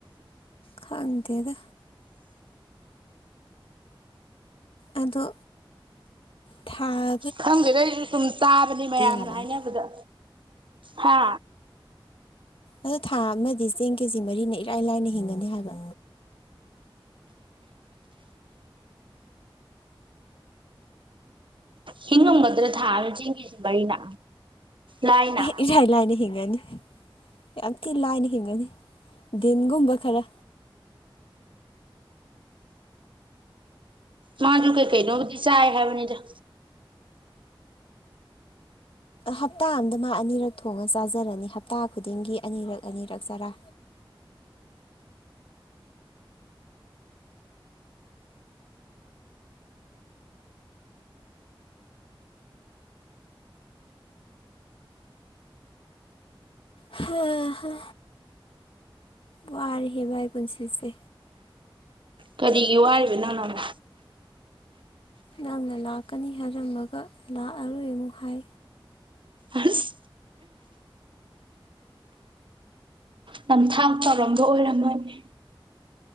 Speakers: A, on the left (about 80°); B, on the right (about 65°).
A: ꯈꯪꯗꯦꯗ ꯑꯗꯣ ꯊꯥꯥ
B: ꯈꯪꯗꯦꯗ ꯑꯩꯖꯨ ꯁꯨꯝ ꯇꯥꯕꯅꯤ ꯃꯌꯥꯝꯅ
A: ꯌꯥꯔꯅꯤ
B: ꯍꯥꯏꯅꯕꯗ ꯍꯥ
A: ꯑꯗꯨ ꯊꯥ ꯑꯃꯗꯤ ꯆꯦꯡ ꯀꯦꯖꯤ ꯃꯔꯤꯅ ꯏꯔꯥꯏ ꯂꯥꯏꯅ ꯍꯤꯡꯉꯅꯤ ꯍꯥꯏꯕ꯫
B: ꯍꯤꯡꯉꯝꯒꯗ꯭ꯔ ꯊꯥꯃꯗ ꯆꯦꯡꯀꯦꯁꯤ ꯃꯔꯤꯅ ꯂꯥꯏꯅ
A: ꯑꯦ ꯏꯔꯥꯏ ꯂꯥꯏꯅ ꯍꯤꯡꯉꯅꯤ ꯌꯥꯝ ꯊꯤ ꯂꯥꯏꯅ ꯍꯤꯡꯉꯅꯤ ꯗꯤꯟꯒꯨꯝꯕ ꯈꯔ
B: ꯃꯥꯖꯨ ꯀꯩꯀꯩꯅꯣꯕꯨꯗꯤ ꯆꯥꯏ ꯍꯥꯏꯕꯅꯤꯗ
A: ꯍꯞꯇꯥ ꯑꯝꯗ ꯃꯥ ꯑꯅꯤꯔꯛ ꯊꯣꯡꯉ ꯆꯥꯖꯔꯅꯤ ꯍꯞꯇꯥ ꯈꯨꯗꯤꯡꯒꯤ ꯑꯅꯤꯔꯛ ꯑꯅꯤꯔꯛ ꯆꯥꯔꯥ ꯍꯥ ꯍꯥ ꯋꯔꯦꯍꯦ ꯚꯥꯏ ꯄꯨꯟꯁꯤꯁꯦ
B: ꯀꯔꯤꯒꯤ ꯋꯥꯔꯤꯕ ꯅꯪꯅ ꯑꯃꯨꯛ
A: ꯅꯪꯅ ꯂꯥꯛꯀꯅꯤ ꯍꯥꯏꯔꯝꯃꯒ ꯂꯥꯛꯑꯔꯣꯏ ꯑꯃꯨꯛ ꯍꯥꯏ꯫
B: ꯑꯁ ꯅꯝꯊꯥꯛ ꯇꯧꯔꯝꯕ ꯑꯣꯏꯔꯝꯃꯅꯤ